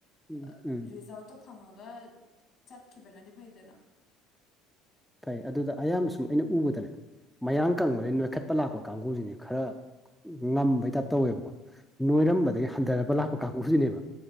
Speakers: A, in the centre; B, on the left (about 50°).
A: ꯎꯝ
B: ꯑ
A: ꯎꯝ
B: ꯔꯤꯖꯜꯠꯇꯣ꯫ ꯐꯪꯉꯒ ꯆꯠꯈꯤꯕꯅꯗꯤ ꯐꯩꯗꯅ꯫
A: ꯐꯩ ꯑꯗꯨꯗ ꯑꯌꯥꯝꯕ ꯁꯨꯝ ꯑꯩꯅ ꯎꯕꯗꯅꯦ ꯃꯌꯥꯡ ꯀꯪꯕꯗ ꯅꯣꯏꯈꯠꯄ ꯂꯥꯛꯄ ꯀꯥꯡꯒꯁꯤꯗꯤ ꯈꯔ꯫ ꯉꯝꯕꯩ ꯇꯥꯏꯞ ꯇꯧꯋꯦꯕꯀꯣ ꯅꯣꯏꯔꯝꯕꯗꯒꯤ ꯍꯟꯊꯅꯕ ꯂꯥꯛꯄ ꯀꯥꯡꯕꯨꯁꯤꯅꯦꯕ꯫